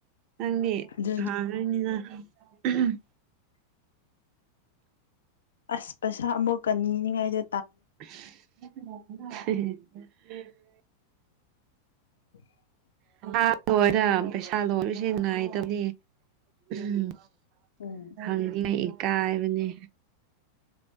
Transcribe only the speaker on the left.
ꯑꯗꯨꯅꯦ
ꯑꯁ ꯄꯩꯁꯥ ꯑꯃꯨꯛ ꯀꯟꯅꯤꯉꯥꯏꯗ
<inaudible>
ꯎꯝ